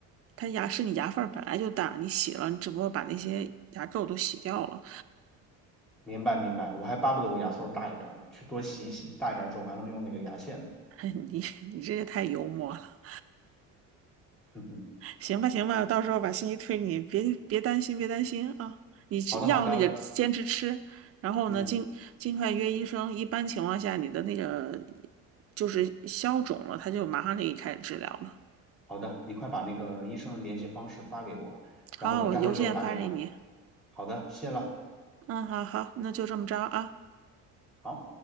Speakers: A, on the right (about 40°); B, in the centre.
A: 它牙是你牙缝儿本来就大，你洗了，你只不过把那些牙垢都洗掉了。
B: 明白明白，我还巴不得我牙缝儿大一点儿呢，去多洗一洗，大一点儿之后我还能用那个牙线呢。
A: <laughs> 你你这也太幽默了。
B: <laughs> 嗯哼，
A: 行吧，行吧，到时候把信息推给你，别别担心，别担心啊！你吃药那个坚持吃，
B: 好的好的，
A: 然后呢，
B: 嗯。
A: 尽尽快约医生。一般情况下，你的那个就是消肿了，他就马上给你开始治疗了。
B: 好的，你快把那个医生的联系方式发给我，然后我待会儿就打给他。
A: 好，我邮件发给你。
B: 好的，谢了。
A: 嗯，好好，那就这么着啊。
B: 好。